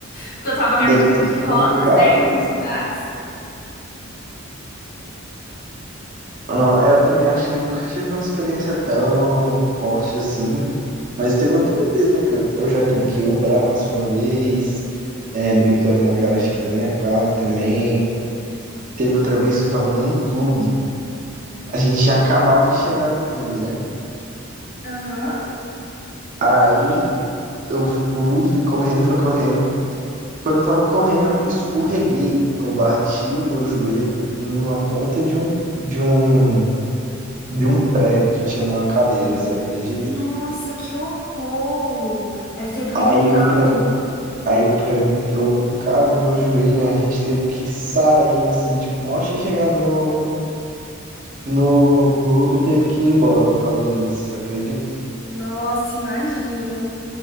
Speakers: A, on the left; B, on the right.
A: Porque eu tava
B: Deve
A: na cadeira
B: ter sido
A: de rodas,
B: complicado,
A: né, em
B: hein?
A: alguns lugares.
B: Ah, eu também acho que nunca tive uma experiência tão forte assim. Mas teve outras vezes, né? Que eu, eu já trinquei o braço uma vez, é, brincando na garagem aqui da minha casa também. Teve outra vez que eu tava num clube. A gente tinha acabado de chegar no clube, né?
A: Aham.
B: Aí eu fui, fui correndo, fui correndo. Quando eu tava correndo, escorreguei. Eu bati meu joelho numa ponta de um, de um, de um prego que tinha numa cadeira, você acredita?
A: Nossa, que horror! Deve ter doído
B: Aí
A: tanto.
B: o prego, aí o prego entrou um bocado no meu joelho, aí a gente teve que sair, assim, tipo, mó tinha chegado no, no clube, teve que ir embora por causa disso, você acredita?
A: Nossa, imagino.